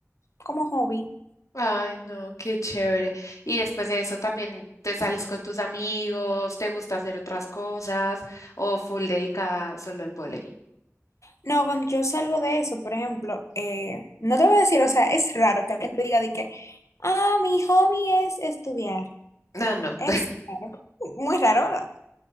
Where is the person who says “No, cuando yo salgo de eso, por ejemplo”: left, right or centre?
Left